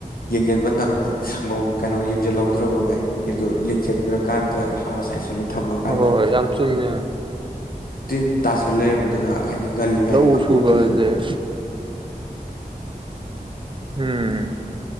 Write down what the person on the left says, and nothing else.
ꯌꯦꯡ ꯌꯦꯟ ꯃ ꯀꯩꯅꯣ ꯌꯦꯡꯁꯤꯜꯍꯧꯗ꯭ꯔꯕ ꯚꯥꯏ ꯑꯗꯨꯗꯨ ꯂꯤꯡꯁꯤꯟꯈ꯭ꯔ ꯗ ꯍꯥꯔ ꯆꯥꯏꯁꯜꯨ ꯊꯝꯃꯀꯥꯟꯗ
ꯇꯤꯟ ꯇꯥꯁꯟ ꯂꯩꯔꯝꯅꯤ ꯑꯗꯨꯅ ꯍꯥꯏꯗꯤ ꯉꯜꯂꯤꯉꯩꯗ
ꯈꯪꯍꯧꯗꯗꯅ